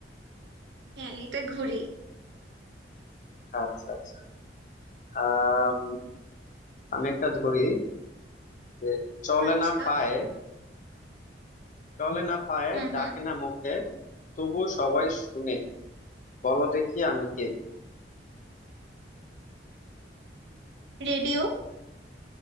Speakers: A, on the right; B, on the left.
A: হ্যাঁ এটা ঘুড়ি
B: আচ্ছা আচ্ছা আহ আমি একটা ধরি যে চলে
A: আচ্ছা
B: না পায়ে চলে না পায়ে
A: হুম
B: ডাকে
A: হুম
B: না মুখে তবু সবাই শুনে বলো দেখি আমি কে
A: রেডিও